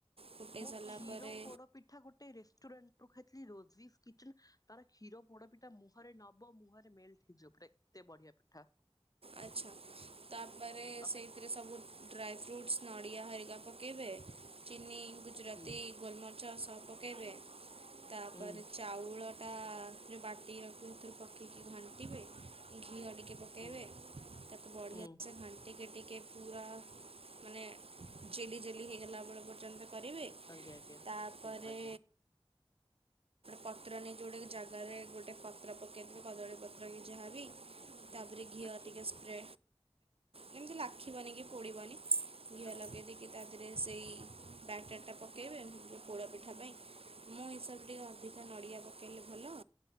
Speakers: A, on the right; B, on the left.
A: ଫୁଟେଇ
B: ମୋ
A: ସାରିଲା
B: କ୍ଷୀର
A: ପରେ
B: ପୋଡ଼ପିଠା ଗୋଟେ ଗୋଟେ ରେଷ୍ଟୁରାଣ୍ଟ ରୁ ଖାଇଥିଲି ରୋଜିଶ୍ କିଚେନ ତାର କ୍ଷୀର ପୋଡ଼ପିଠା ମୁହଁରେ ନବ ମୁହଁରେ ମେଲଟ। <unintelligible> ଏତେ ବଢିଆ ପିଠା।
A: ଆଚ୍ଛା ତାପରେ
B: ତମେ
A: ସେଇଥିରେ ସବୁ ଡ୍ରାଇ ଫ୍ରୁଟ୍ସ୍ ନଡ଼ିଆ ହରିକା ପକାଇବେ ଚିନି ଗୁଜୁରାତି
B: ହୁଁ
A: ଗୋଲମରିଚ ସହ ପକାଇବେ ତାପରେ
B: ହୁଁ
A: ଚାଉଳଟା ଯେଉଁ ବାଟିକି ରଖିଥିବେ ଏଥିରୁ ପକେଇକି ଘାଣ୍ଟିବେ। ଘିଅ ଟିକେ କଟବେ
B: ହୁଁ
A: ତା ବଢିଆ
B: ହୁଁ
A: ସେ ଘଣ୍ଟେ। ଟିକେ ଟିକେ ପୁରା ମାନେ ଜେଲି ଜେଲି ହେଇଗଲା ବେଳ ପର୍ଯ୍ୟନ୍ତ କରିବେ।
B: ଆଜ୍ଞା ଆଜ୍ଞା ହୁଁ
A: ତାପରେ
B: ଆଜ୍ଞା
A: ପତ୍ର ନେଇ ଯୋଉଗୋଟେ ଜାଗାରେ ଗୋଟେ ପତ୍ର ପକେଇିବେ କଦଳୀ ପତ୍ର କି ଯାହାବି। ତାପରେ ଘିଅ
B: ଆଜ୍ଞା
A: ଟିକେ ସ୍ପ୍ରେ କେମିତି ଲାଖିବନି କି ପୋଡ଼ିବନି ଘିଅ
B: ଆଜ୍ଞା
A: ଲଗାଇ ଦେଇକି ତା ଦେହରେ ସେଇ ବ୍ୟାଟର୍ ଟା ପକାଇବେ ପୋଡ ପିଠା ପାଇଁ। ମୋ ହିସାବରେ ଟିକେ ଅଧିକ ନଡ଼ିଆ ପକେଇଲେ ଭଲ।